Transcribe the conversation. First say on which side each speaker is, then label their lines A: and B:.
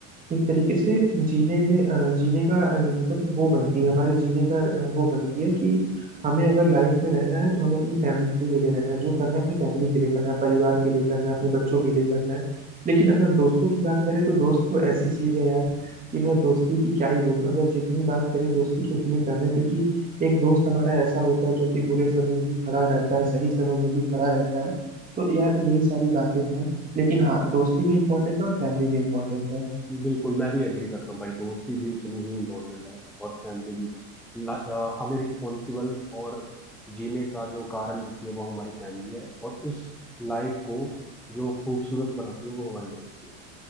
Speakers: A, on the right (about 20°); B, in the centre.
A: एक तरीके से जीने में अ, जीने का अ, मतलब वो बनती है हमारे जीने का अ, वो बनती है कि हमें अगर लाइफ में रहना है तो हमें अपनी फैमिली के लिए रहना है जो करना है अपनी फैमिली के लिए करना है परिवार के लिए करना है अपने बच्चों के लिए करना है लेकिन अगर दोस्तों की बात करें तो दोस्त तो ऐसी चीज है यार कि मैं दोस्ती की क्या ही बोलूं अगर जितनी बात करें दोस्ती की उतनी कम है क्योंकि एक दोस्त हमारा ऐसा होता है जो कि बुरे समय में भी खड़ा रहता है सही समय में भी खड़ा रहता है तो यार यही सारी बातें हैं लेकिन हाँ दोस्ती भी इम्पोर्टेंट है और फैमिली भी इम्पोर्टेंट है
B: बिल्कुल मैं भी एग्री करता हूँ भाई दोस्ती भी उतनी ही इम्पोर्टेंट है और फैमिली भी ला- अ, हमें रिस्पॉन्सिबल और जीने का जो कारण देती है वो हमारी फैमिली है और उस लाइफ को जो खूबसूरत बनाती है वो हमारी दोस्ती है